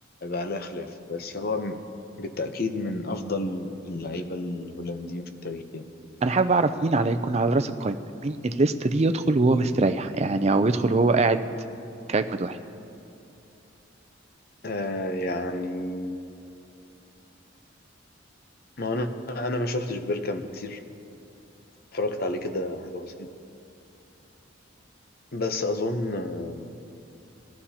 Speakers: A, on the left; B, on the right.
A: بقى لها خلاف بس هو م- بالتأكيد من أفضل اللعيبة الهولنديين في التاريخ يعني
B: أنا حابب أعرف مين على يكون على رأس القايمة مين الليستة دي يدخل وهو مستريح يعني أو يدخل وهو قاعد كأجمد واحد
A: آه يعني ما هو أنا أنا ما شفتش بيركامب كتير اتفرجت عليه كده حاجة بسيطة بس أظن آه،